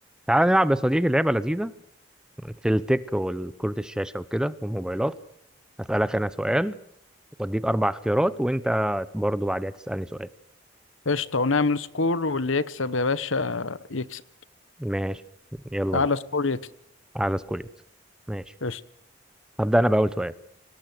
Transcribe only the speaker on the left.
قشطة ونعمل سكور واللي يكسب يا باشا يكسب
أعلى
سكور يكسب
قشطة